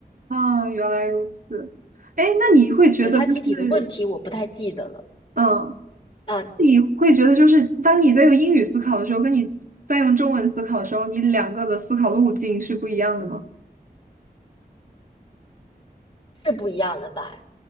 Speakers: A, on the right (about 55°); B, on the left (about 30°).
A: 啊，原来如此，哎，那你会觉得就是
B: 对，它具体的问题我不太记得了，
A: 嗯。
B: 啊，
A: 你会觉得，就是当你在用英语思考的时候，跟你在用中文思考的时候，你两个的思考路径是不一样的吗？
B: 是不一样的吧？